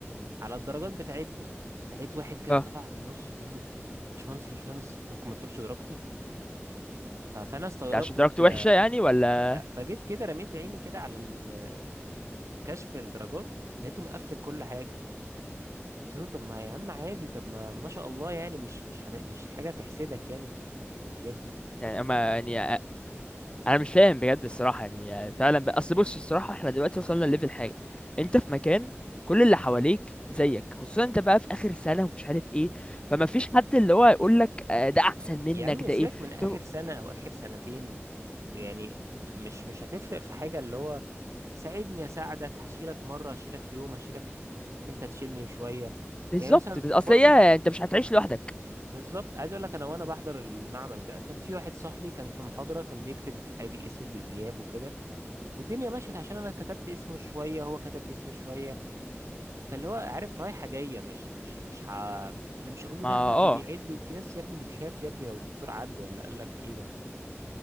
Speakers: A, on the right; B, on the left.
A: على الدرجات بتاعتنا فلقيت واحد كده
B: اه
A: طلع من النص بيقول له باشمهندس باشمهندس ممكن ما تقولش درجتي ف- فانا استغربت
B: ده عشان درجته
A: قلت ده
B: وحشة يعني ولا
A: ف- فجيت كده رميت عيني كده على ال- كشف الدرجات لقيته مقفل كل حاجه قلت له طب ما يا عم عادي طب ما ما شاء الله يعني مش مش حد... مش حاجه تحسدك يعني في الح... في الحاجات دي
B: يعني اما يعني انا مش فاهم بجد الصراحه يعني فعلا بقى اصل بص الصراحه احنا دلوقتي وصلنا لليفل حاجه انت في مكان كل اللي حواليك زيك خصوصا انت بقى في اخر سنه ومش عارف ايه فما فيش حد اللي هو يقول لك آه، ده احسن
A: يا
B: منك
A: عم
B: ده
A: سيبك
B: ايه
A: من اخر
B: طب
A: سنه او اخر سنتين يعني مش مش هتفرق في حاجه اللي هو ساعدني اساعدك هشيلك مره هشيلك يوم هشيلك انت تشيلني شويه
B: بالظبط
A: يعني مثلا
B: بال-
A: وبرضه
B: اصل هي انت مش هتعيش لوحدك
A: بالظبط عايز اقول لك انا وانا بحضر المعمل ده كان في واحد صاحبي كان في محاضره كان بيكتب ادي اسمي في الغياب وكده والدنيا مشيت عشان انا كتبت اسمه شويه هو كتب اسمي شويه فاللي هو عارف رايحه جايه مش مش مش ح... اللي مش هقول له
B: ما
A: لا لا
B: اه
A: وبيعدوا في ناس يا ابني بتخاف يا ابني لو الدكتور عد ولا قال لك ايه ولا